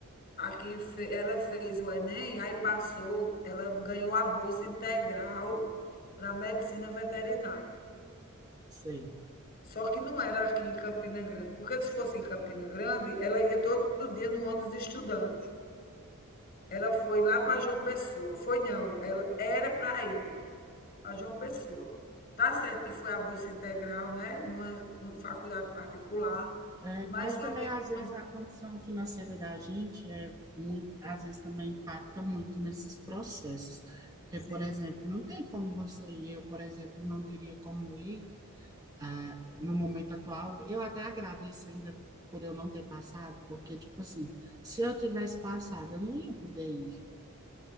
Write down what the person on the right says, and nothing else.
sei.
É,
mas
também,
às
vezes, a condição financeira da gente é muito, às vezes também impacta muito nesses processos. Porque,
por exemplo, não tem como você e eu, por exemplo, não teria como ir ah, no momento atual. Eu até agradeço ainda por eu não ter passado, porque, tipo assim, se eu tivesse passado, eu não ia poder ir,